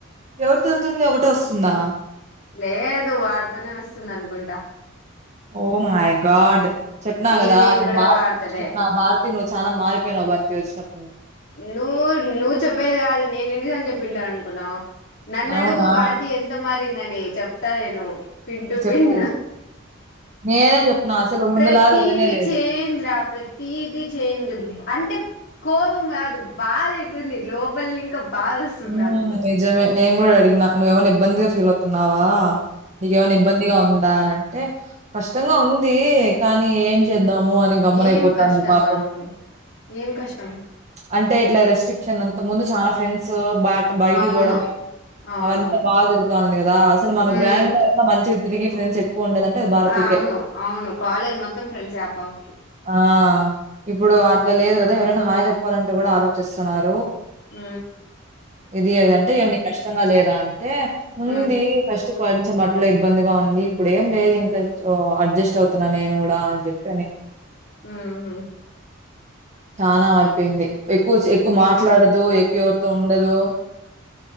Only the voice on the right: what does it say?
ఎవరితో వెలుతుంది ఒకటె వస్తుందా
ఓ మాయ్ గాడ్ చెప్పిన కదా
నేను
భారతి
కి <inaudible> చెప్పిన భార్ నువ్వు చాలా మారిపోయినవ్ భారతి వచ్చినపు
అవునా?
చెప్పు.
నేనే చెప్పినా అసలు ముందులాగా
లేనే లేదు.
ఉ
నిజమే నేను గూడా అడిగినా నువ్వేమైనా ఇబ్బందిగా ఫీల్ అవుతున్నావా నీకేమన్నా ఇబ్బందిగా ఉంది దా అని అంటే కష్టంగా ఉంది కానీ ఏం చేద్దాం ఉ అని గమ్మన
అయిపోతాంది
పాపం
అంటే ఇట్లా రిస్ట్రిక్ట్ అంత ముందు చాలా ఫ్రెండ్స్ సో బ బయటి
పోవడము
అవంతా బాగా జరుగుతా ఉంది కదా అసలు మన
గ్రాంగ్ లో మంచి తిరిగి ఫ్రెండ్స్ ఎక్కువ ఉండేదంటే అది భారతికే.
ఆ! ఇప్పుడు అట్లా లేదు గదా ఎవరైనా హాయ్ చెప్పాలంటే కూడా ఆలోచిస్తున్నారు
ఇది అదంటే ఏమని కష్టంగా లేదా అ ఏ ఉంది
ఫస్ట్ కొంచెం అట్ల ఇబ్బందిగా ఉంది ఇప్పుడు ఏం లేదు ఇంకా అడ్జస్ట్ అవుతున్నా నేను గూడా అని చెప్పి
చానా మారిపోయింది ఎక్కువ ఎక్కువ మాట్లాడదు ఎక్కువ ఉండదు